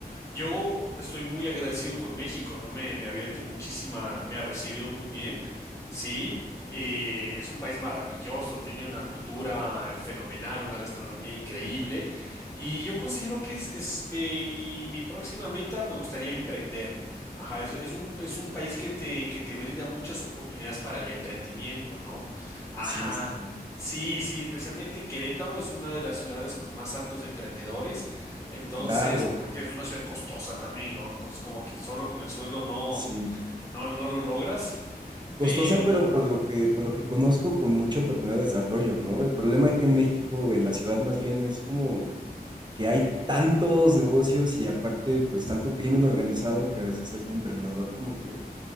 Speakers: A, on the left; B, on the right.
A: yo estoy muy agradecido con México, ¿no? Me, me ha abierto muchísima, me ha recibido muy bien, sí. eh, es un país maravilloso, tiene una cultura eh, fenomenal, una gastronomía increíble. Y yo considero que es, es, eh, mi, mi próxima meta, me gustaría emprender. Ajá, es, es un, es un país que te, que te brinda muchas oportunidades para el emprendimiento, ¿no? Ajá.
B: Sí, sí, sí.
A: Sí, sí, especialmente Querétaro es una de las ciudades con más altos emprendedores, entonces,
B: Claro,
A: porque es una ciudad costosa también, ¿no? Entonces, como que solo con el sueldo no,
B: sí.
A: no, no lo logras,
B: Costosa,
A: pero
B: pero por lo que, por lo que conozco, con mucha oportunidad de desarrollo, ¿no? El problema aquí en México, en la ciudad más bien, es como que hay tantos negocios y aparte, pues tanto crimen organizado que a veces el emprendedor como que,